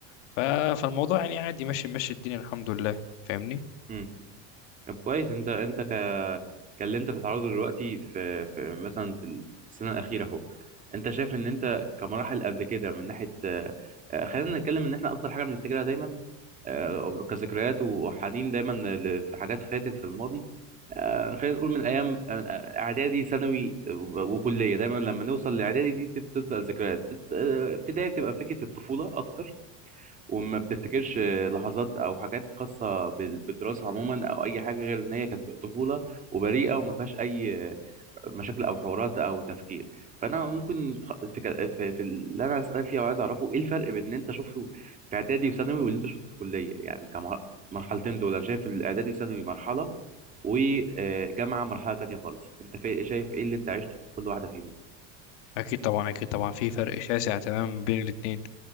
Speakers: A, on the left; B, on the right.
A: ف- فالموضوع يعني عادي ماشي ماشي الدنيا الحمد لله فاهمني
B: مم. طب كويس انت انت ك كاللي انت بتتعرضه دلوقتي في, في مثلا في ال- في السنه الاخيره اهو انت شايف ان انت كمراحل قبل كده من ناحيه آه، آه، خلينا نتكلم ان احنا اكتر حاجه بنفتكرها دايما آه، كذكريات وحنين دايما ل- في حاجات فاتت في الماضي آه، خلينا نقول من ايام آه، آه، اعدادي ثانوي و- وكليه دايما لما نوصل لاعدادي دي بتبدا الذكريات تت- آه، ابتدائي بتبقى فكره الطفوله اكتر وما بتفتكرش لحظات او حاجات خاصه بال- بالدراسه عموما او اي حاجه غير ان هي كانت طفوله وبريئه وما فيهاش اي مشاكل او حوارات او تفكير فانا ممكن تخ- في, ك- في, في اللي انا اسالك فيه وعايز اعرفه ايه الفرق بين اللي انت شفته في اعدادي وثانوي واللي انت شفته في كليه يعني كمرحلتين دول انا شايف الاعدادي ثانوي مرحله وجامعه مرحله تانية خالص انت في- شايف ايه اللي انت عشته في كل واحده فيهم
A: أكيد طبعا أكيد طبعا في فرق شاسع تمام بين الاتنين